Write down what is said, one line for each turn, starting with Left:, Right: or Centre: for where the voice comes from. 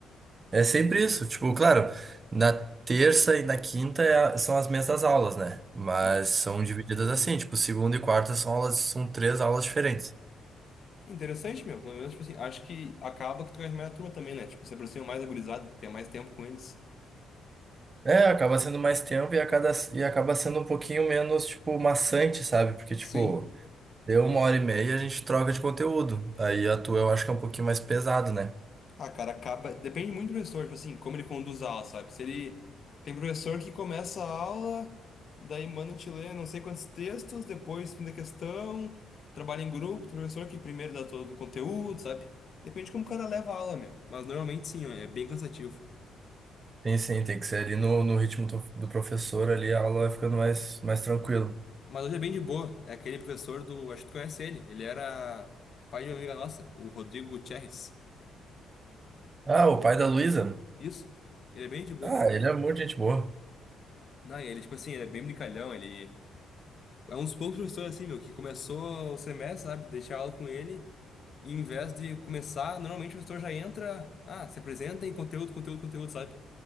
Right: É sempre isso. Tipo, claro, na terça e na quinta é a- são as mesmas aulas, né? Mas
Left: Sim.
Right: são divididas assim, tipo, segunda e quarta são aulas, são três aulas diferentes.
Left: É Interessante, meu. Pelo menos, tipo assim, acho que acaba que tu ganha mais a turma também, né? Tipo, você aproxima mais a gurizada, que é mais tempo com eles.
Right: É, acaba sendo mais tempo e, acaba, e acaba sendo um pouquinho menos, tipo, maçante, sabe? Porque,
Left: Sim.
Right: tipo, deu uma hora e meia e a gente troca de conteúdo. Aí a tua eu acho que é um pouquinho mais pesado, né?
Left: Ah, cara, acaba. Depende muito do professor, tipo assim, como ele conduz a aula, sabe? Se ele. Tem professor que começa a aula, daí manda a gente ler não sei quantos textos, depois fim da questão, trabalha em grupo, tem professor que primeiro dá todo o conteúdo, sabe? Depende de como o cara leva a aula, meu. Mas normalmente sim, é bem cansativo.
Right: Tem sim, tem que ser ali no, no ritmo do, do professor ali, a aula vai ficando mais, mais tranquilo.
Left: Mas hoje é bem de boa. É aquele professor do. Acho que tu conhece ele. Ele era pai de uma amiga nossa, o Rodrigo Gutierrez.
Right: Ah, o pai da Luísa?
Left: Isso? Ele é bem de boa.
Right: Ah, ele é muito gente boa.
Left: Não, e ele, tipo assim, ele é bem brincalhão, ele. É um dos poucos professores assim, meu, que começou o semestre, sabe? Deixei aula com ele. E em vez de começar, normalmente o professor já entra, ah, se apresenta em conteúdo, conteúdo, conteúdo, sabe?